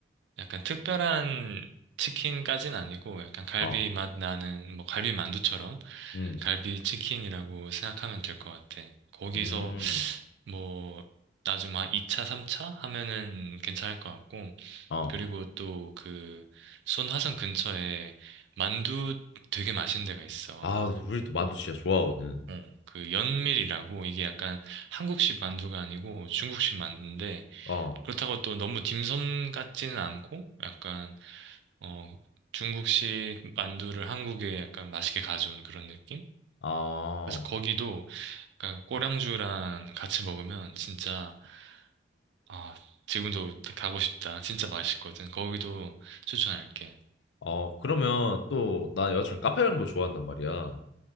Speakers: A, on the right (about 75°); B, on the left (about 75°).
A: 약간 특별한 치킨까진 아니고 약간 갈비
B: 어.
A: 맛 나는 뭐 갈비 만두처럼
B: 음.
A: 갈비 치킨이라고 생각하면 될 것 같아. 거기서
B: 음.
A: 뭐 나중에 막 2차, 3차 하면은 괜찮을 것 같고
B: 어.
A: 그리고 또 그 손화성 근처에 만두 되게 맛있는 데가 있어.
B: 아, 나도 우리도 만두 진짜 좋아하거든.
A: 어, 그 연밀이라고 이게 약간 한국식 만두가 아니고 중국식 만두인데
B: 어,
A: 그렇다고 또 너무 딤섬 같지는 않고 약간 어 중국식 만두를 한국에 약간 맛있게 가져온 그런 느낌?
B: 아,
A: 그래서 거기도 약간 꼬량주랑 같이 먹으면 진짜 아 지금도 가고 싶다. 진짜 맛있거든. 거기도 추천할게.
B: 어, 그러면 또, 난 여자친구 카페 가는 거 좋아한단 말이야.